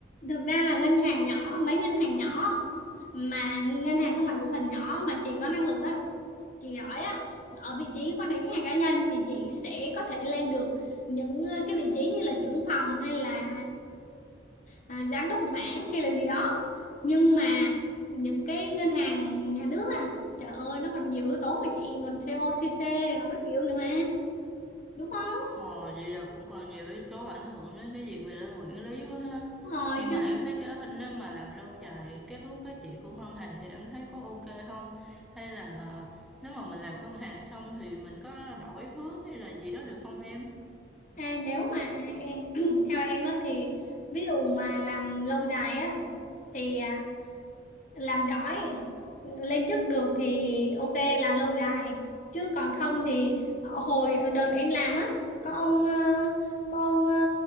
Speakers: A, on the left; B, in the centre.
A: thực ra là ngân hàng nhỏ mấy ngân hàng nhỏ mà ngân hàng thương mại cổ phần nhỏ mà chị có năng lực á chị giỏi á ở vị trí quan hệ khách hàng cá nhân thì chị sẽ có thể lên được những ờ, cái vị trí như là trưởng phòng hay là ờ, à, giám đốc mảng hay là gì đó nhưng mà những cái ngân hàng nhà nước á trời ơi nó còn nhiều yếu tố mà chị còn COCC này nó cái kiểu nữa mà đúng không
B: Ồ, vậy là cũng còn nhiều yếu tố ảnh hưởng đến cái việc mình lên quản lý quá ha.
A: Đúng rồi
B: Nhưng
A: chứ
B: mà em thấy cái hình- nếu mà làm lâu dài cái hướng phát triển của ngân hàng thì em thấy có ok không? Hay là nếu mà mình làm ngân hàng xong thì mình có đổi hướng hay là gì đó được không em?
A: à, nếu mà à, em, <clears throat> theo em á thì ví dụ mà làm lâu dài á thì à, làm giỏi lên chức được thì ok làm lâu dài chứ còn không thì hồi đợt em làm á có ông ờ, có ông ờ,